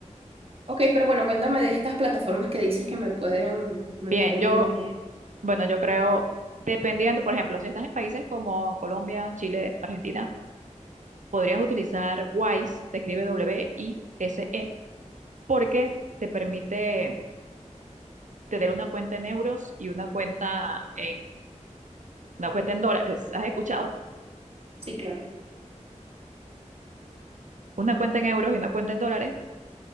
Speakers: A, on the right; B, on the right.
A: Ok, pero bueno, cuéntame de estas plataformas que dices que me pueden, me
B: Bien,
A: pueden
B: yo,
A: ir mejor.
B: bueno, yo creo, dependiendo, por ejemplo, si estás en países como Colombia, Chile, Argentina, podrías utilizar Wise, se escribe W-I-S-E, porque te permite tener una cuenta en euros y una cuenta en, una cuenta en dólares. ¿Has escuchado?
A: Sí, claro.
B: Una cuenta en euros y una cuenta en dólares.